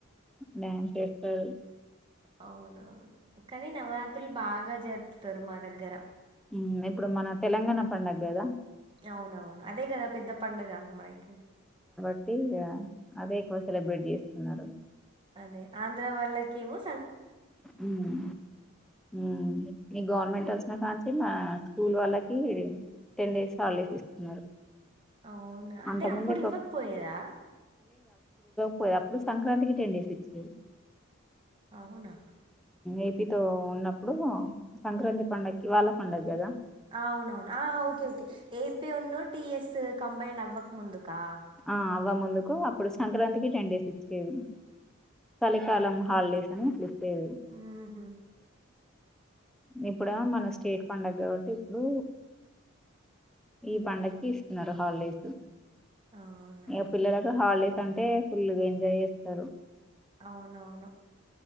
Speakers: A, in the centre; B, on the right.
A: డ్యాన్స్ ఏస్తరు
B: అవునవును కనీ నవరాత్రులు బాగా జరుపుతారు మా దగ్గర
A: హ్మ్ ఇప్పుడు మన తెలంగాణ పండగదా
B: అవునవును అదే కదా పెద్ద పండగ మనకి
A: ట్టి ఇగా అదే ఎక్కువ సెలబ్రేట్ చేస్తున్నారు
B: అదే ఆంధ్ర వాల్ళకేమొ
A: హ్మ్ హ్మ్ ఈ గవర్నమెంట్ కాంచి ఇంగా స్కూల్ వాళ్ళకీ టెన్ డేస్ హాలిడేస్ ఇస్తున్నారు
B: అవును అంటె
A: అంత
B: అప్పుడు
A: ముందే
B: ఇవ్వకపోయేదా
A: పోదు అప్పుడు సంక్రాంతికి టెండేస్ ఇచ్చిర్రు
B: అవునా
A: ఎ పీ తో ఉన్నప్పుడు సంక్రాంతి పండుగకి వాళ్ళ పండగ కదా
B: అవునవును అ ఓకే ఓకే ఏ పీ ఉన్ను టి ఎస్ కంబైన్ అవ్వక ముందు కా
A: ఆ అవ్వ ముందుకు అప్పుడు సంక్రాంతి కి టెన్ డే ఇచ్చేది వాళ్ళకి కాలం హాలిడేస్ అని ఇట్లిచ్చేది
B: మ్మ్హ.
A: ఇప్పుడేమో మన స్టేట్ పండగ కాబట్టి ఇప్పుడూ ఈ పండగకి ఇస్తున్నారు హాలిడేస్
B: అవునా
A: ఏ పిల్లలకు హాలిడేస్ అంటే ఫుల్గ ఎంజాయ్ చేస్తరు
B: అవునవును